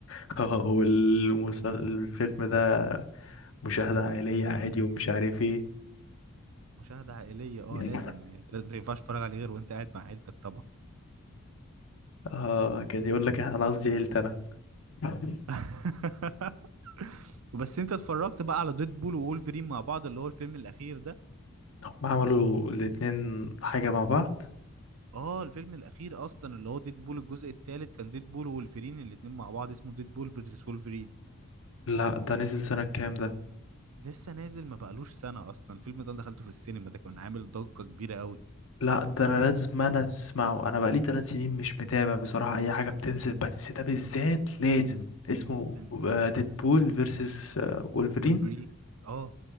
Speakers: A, on the left; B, on the right.
A: <laughs> والفيلم ده مشاهده عائليه عادي ومش عارف ايه
B: مشاهدة عائلية اه
A: <laughs>
B: لازم يعني انت لازم ما ينفعش تتفرج عليه غير وانت قاعد مع عيلتك طبعا
A: اه كان يقول لك إيه، انا قصدي عيلتي انا <laughs>
B: <laughs> بس انت اتفرجت بقى على ديدبول وولفرين مع بعض اللي هو الفيلم الاخير ده
A: هم عملوا الاتنين حاجه مع بعض
B: اه الفيلم الاخير اصلا اللي هو ديد بول الجزء الثالث كان ديد بول وولفرين الاتنين مع بعض اسمه ديد بول فيرسس وولفرين
A: لا ده نزل سنه كام ده
B: لسه نازل ما بقالوش سنه اصلا الفيلم ده أنا دخلته في السينما ده كان عامل ضجه كبيره قوي
A: لا ده انا لازم انا اسمعه انا بقالي ثلاث سنين مش متابع بصراحة اي حاجة بتنزل بس ده بالذات لازم اسمه
B: إن-
A: ديدبول فيرسس وولفرين
B: وولفرين اه